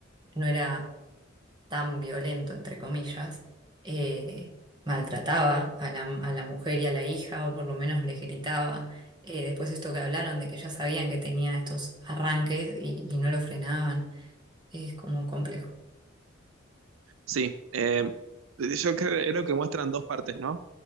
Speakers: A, on the right; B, on the right.
A: no era tan violento, entre comillas, eh, maltrataba a la, a la mujer y a la hija, o por lo menos les gritaba. Eh, después esto que hablaron de que ya sabían que tenía estos arranques y y no lo frenaban, es como complejo.
B: Sí, eh, yo cre- creo que muestran dos partes, ¿no?